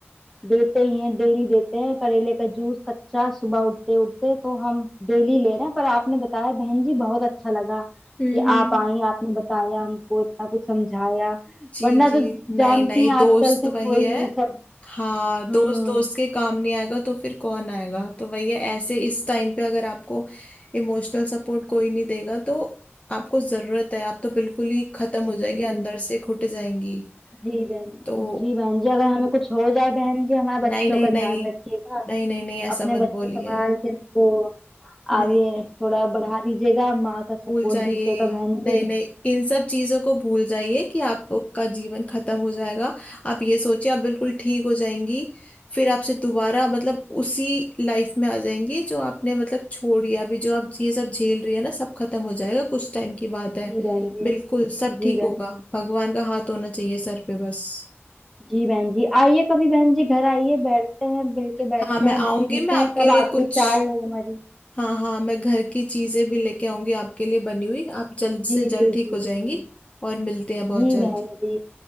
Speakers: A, in the centre; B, on the left.
A: देते ही हैं डेली देते हैं करेले का जूस कच्चा सुबह उठते उठते तो हम डेली ले रहे हैं पर आपने बताया बहन जी बहुत अच्छा लगा
B: हम्म
A: कि
B: हम्म।
A: आप आई आपने बताया हमको इतना कुछ समझाया
B: जी
A: वरना
B: जी
A: तो
B: नई
A: जानती
B: नई
A: हैं आजकल
B: दोस्त
A: तो कोई
B: वही है
A: नहीं सब
B: हाँ
A: हम्म
B: दोस्त दोस्त के काम नहीं आएगा तो फिर कौन आएगा तो वही है ऐसे इस टाइम पे अगर आपको इमोशनल सपोर्ट कोई नहीं देगा तो आपको जरूरत है आप तो बिल्कुल ही खत्म हो
A: जी
B: जाएंगे
A: बहन
B: अंदर
A: जी
B: से घुट जाएंगी
A: जी बहन
B: तो
A: जी बहन जी अगर हमें कुछ हो जाए बहन जी हमारे बच्चों
B: नहीं नहीं
A: का ध्यान
B: नहीं
A: रखिएगा
B: नहीं नहीं नहीं ऐसा
A: अपने
B: मत
A: बच्चे
B: बोलिए
A: संभाल के इनको
B: नहीं
A: आगे थोड़ा बढ़ा दीजिएगा माँ का सपोर्ट
B: भूल जाइए
A: दीजिएगा बहन
B: नहीं
A: जी
B: नहीं इन सब चीजों को भूल जाइए कि आपका जीवन खत्म हो जाएगा आप ये सोचिए आप बिल्कुल ठीक हो जाएंगी फिर आपसे दोबारा मतलब उसी लाइफ में आ जाएंगी जो आपने मतलब छोड़ी अभी जो आप ये सब झेल रही है ना सब खत्म हो जाएगा कुछ टाइम की बात है
A: जी बहन जी
B: बिल्कुल सब
A: जी
B: ठीक
A: बहन
B: होगा
A: जी
B: भगवान का हाथ होना चाहिए सर पे बस
A: जी बहन जी आइए कभी बहन जी घर आइए बैठते हैं मिल के बैठते
B: हाँ मैं
A: हैं
B: आऊंगी
A: पीते
B: मैं आपके
A: हैं कब
B: लिए
A: आखिरी
B: कुछ
A: चाय हो हमारी
B: हाँ हाँ मैं घर की चीजें भी लेके आऊंगी आपके लिए बनी हुई आप जल्द से
A: जी
B: जल्द
A: जी
B: ठीक
A: जी
B: हो
A: जी
B: जाएंगी और मिलते हैं बहुत
A: जी
B: जल्द
A: बहन जी